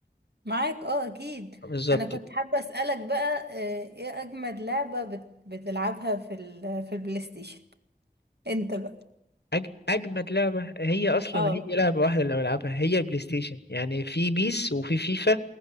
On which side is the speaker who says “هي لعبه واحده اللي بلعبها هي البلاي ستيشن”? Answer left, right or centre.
Left